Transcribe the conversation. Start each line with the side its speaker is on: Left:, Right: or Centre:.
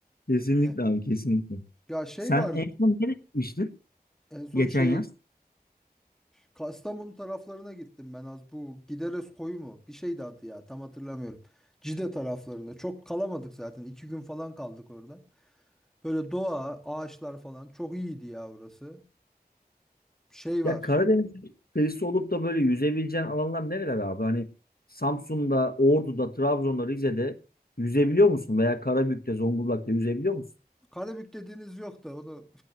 Left: Kesinlikle
Centre: Ya
Left: abi kesinlikle.
Centre: ya şey
Left: Sen
Centre: var
Left: en son nereye gitmiştin
Centre: En son
Left: geçen
Centre: şey
Left: yaz?
Centre: Kastamonu taraflarına gittim ben az bu Gideres koyu mu? Bir şeydi adı ya tam hatırlamıyorum. Cide taraflarında çok kalamadık zaten iki gün falan kaldık orada. Böyle doğa ağaçlar falan çok iyiydi ya orası. Şey
Left: Ya
Centre: var
Left: Karadeniz kıyısı olup da böyle yüzebileceğin alanlar nereler abi? Hani Samsun'da, Ordu'da, Trabzon'da, Rize'de yüzebiliyor musun? Veya Karabük'te, Zonguldak'ta yüzebiliyor musun?
Centre: Karabük'te deniz yok da onu